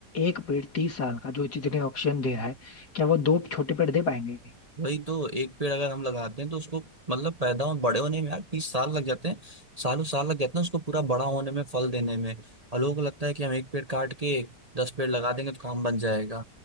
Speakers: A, on the left; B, on the right.
A: एक पेड़ तीस साल का जो जितने ऑक्सीजन दे रहा है क्या वो दो छोटे पेड़ दे पाएंगे
B: वही तो एक पेड़ अगर हम लगाते हैं तो उसको मतलब पैदा हो बड़े होने में यार तीस साल लग जाते हैं सालों साल लग जाते हैं उसको पूरा बड़ा होने में फल देने में और लोगों को लगता है कि हम एक पेड़ काट के दस पेड़ लगा देंगे तो काम बन जाएगा